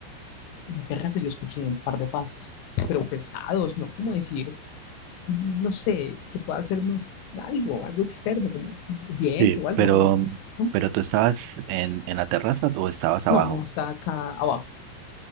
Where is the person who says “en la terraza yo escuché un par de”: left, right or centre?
Left